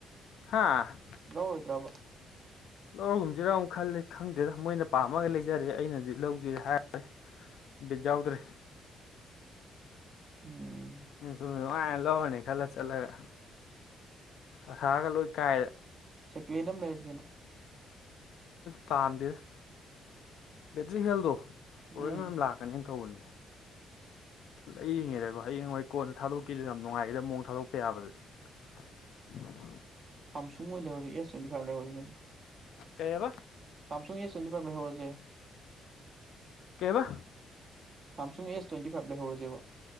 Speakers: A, on the left; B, on the right.
A: ꯍꯥ
B: ꯂꯧꯔꯣꯏꯗ꯭ꯔꯕ
A: ꯂꯧꯔꯒꯨꯝꯁꯤꯔꯥ ꯑꯃꯨꯛ ꯈꯜꯂꯦ ꯈꯪꯗꯦꯗ ꯃꯣꯏꯅ ꯄꯥꯝꯃꯒ ꯂꯩꯖꯔꯦ ꯑꯩꯅꯗꯤ ꯂꯧꯖꯩ ꯍꯥꯏꯔ ꯕꯤꯠ ꯌꯥꯎꯗ꯭ꯔꯦ
B: ꯎꯝ
A: ꯅꯨꯡꯉꯥꯏꯅ ꯂꯧꯔꯅꯤ ꯈꯜꯂ ꯆꯠꯂꯒ ꯑꯁꯥꯒ ꯂꯣꯏ ꯀꯥꯏꯔꯦ
B: ꯁꯦꯀꯦꯟ ꯑꯃ ꯂꯩꯔꯁꯤ ꯀꯩꯅꯣ
A: ꯄꯥꯝꯗꯗ ꯕꯦꯇ꯭ꯔꯤ ꯍꯦꯜꯗꯣ
B: ꯎꯝ
A: ꯄ꯭ꯔꯣꯕ꯭ꯂꯦꯝ ꯌꯥꯝ ꯂꯥꯛꯀꯅꯦꯅ ꯇꯧꯕꯅꯤꯅꯦ ꯂꯩꯔꯤꯉꯦꯗꯀꯣ ꯍꯌꯦꯡ ꯍꯣꯏ ꯀꯣꯟꯗ ꯊꯥꯗꯣꯛꯀꯁꯨ ꯌꯥꯝ ꯅꯨꯡꯉꯥꯏꯒꯗ ꯃꯑꯣꯡ ꯊꯥꯗꯣꯛꯄ ꯌꯥꯕꯗꯗꯤ <unintelligible>
B: ꯁꯝꯁꯨꯡ ꯑꯣꯏ ꯂꯩꯍꯔꯤ ꯑꯦꯁ ꯇ꯭ꯋꯇꯤꯥꯏꯚ ꯂꯩꯍꯔꯤꯅꯣ
A: ꯀꯩꯕ
B: ꯁꯥꯝꯁꯨꯡꯒꯤ ꯁꯟꯗꯤ ꯄꯥꯏꯝ ꯂꯩꯍꯧꯔꯁꯦ
A: ꯀꯩꯕ
B: ꯁꯥꯝꯁꯨꯡ ꯑꯦꯁ ꯇ꯭ꯋꯦꯟꯇꯤ ꯐꯥꯏꯚ ꯂꯩꯍꯧꯔꯁꯦꯕ